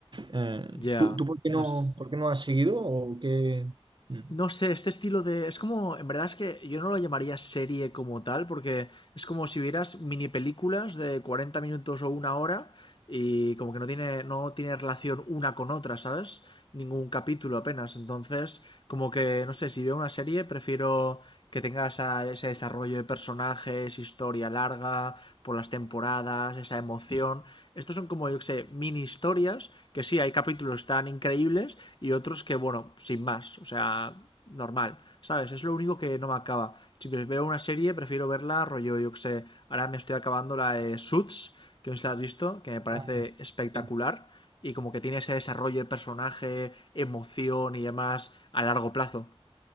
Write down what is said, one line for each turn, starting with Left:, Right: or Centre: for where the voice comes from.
Right: Eh,
Left: Ya,
Right: ¿tú, tú por qué
Left: no
Right: no,
Left: sé.
Right: por qué no has seguido o qué? Mm.
Left: No sé, este estilo de... Es como, en verdad es que yo no lo llamaría serie como tal, porque es como si vieras mini películas de 40 minutos o una hora y como que no tiene, no tiene relación una con otra, ¿sabes? Ningún capítulo apenas. Entonces, como que, no sé, si veo una serie, prefiero que tenga esa- ese desarrollo de personajes, historia larga, por las temporadas, esa emoción. Estos son como, yo que sé, mini historias que sí, hay capítulos tan increíbles y otros que, bueno, sin más, o sea, normal, ¿sabes? Es lo único que no me acaba. Si veo una serie, prefiero verla rollo, yo que sé, ahora me estoy acabando la de Suits, que no sé si la has visto, que me parece
Right: Ah,
Left: espectacular
Right: sí.
Left: y como que tiene ese desarrollo de personaje, emoción y demás a largo plazo.